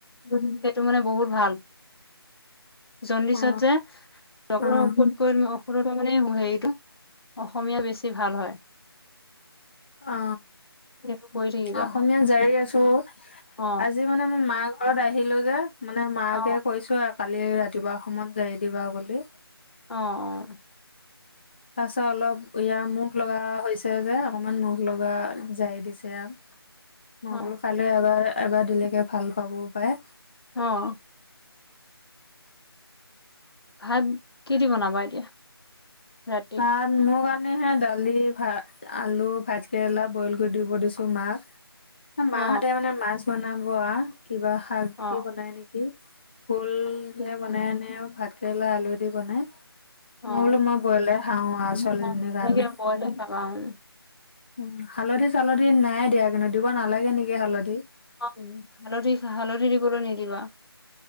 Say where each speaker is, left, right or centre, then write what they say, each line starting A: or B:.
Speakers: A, on the left; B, on the left.
A: সেইটো মানে বহুত ভাল। জন্দিছত
B: অ
A: যে ডক্তৰৰ
B: অ
A: ঔষধত কৈ- সৰুতে মানে হেৰিটো অসমীয়া বেছি ভাল হয়।
B: অ
A: সেইটো কৰি থাকিবা
B: অসমীয়াত জাৰি আছো
A: অ
B: আজি মানে মই মা ঘৰত আহিলো যে। মানে মাকে
A: অ
B: কৈছো আৰু কালি ৰাত- কিবা অসমত জাৰী দিবা বুলি।
A: অ অ
B: তাৰ পাছত অলপ ইয়াৰ মুখ লগা হৈছে যে অকমান মুখ লগা জাৰী দিছে আ মই
A: অ অ
B: বোলো কাইলৈ এবাৰ এবাৰ দিলেকে। ভাল পাবও পাৰে।
A: অ ভাত কি দি বনাবা এতিয়া? ৰাতি
B: ভাত মোৰ কাৰণে হে দালি ভাত আলু ভাত কেৰেলা। বইল কৰি দিব দিছো মাক। মাহতে
A: অ
B: মানে মাছ বনাব আ কিবা শাক
A: অ
B: দি বনাই নেকি ফুলে
A: অ
B: বনাইনে ভাত। কেলা আলু দি বনাই। মই
A: অ
B: বোলো মই বইলে খাওঁ ছোৱালী
A: মই
B: জনি
A: তেনেকে
B: কাৰণে।
A: বইলে খাবা উম।
B: উ হালধি চালধি নাই দিয়া কিন্তু দিব নালাগে নেকি হালধি।
A: অ হালধি, হালধি দিবলৈ নিদিবা।